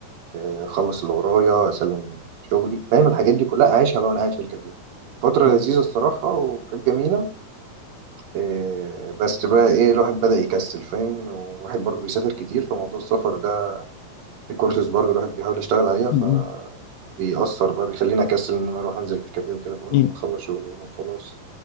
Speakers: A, on the right; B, on the left.
A: آه، اخلص اللي ورايا اسلم شغلي فاهم الحاجات دي كلها اعيشها بقى وانا قاعد في الكافيه فترة
B: م-
A: لذيذة الصراحة وكانت جميلة آه، بس بقى ايه الواحد بدأ يكسل فاهم وواحد برضه بيسافر كتير فموضوع السفر ده في كورسز برضه الواحد بيحاول يشتغل عليها ف
B: م.
A: بيأثر بقى بيخليني اكسل ان انا اروح انزل في الكافيه وكده فاقول
B: م-
A: اما اخلص شغل هنا وخلاص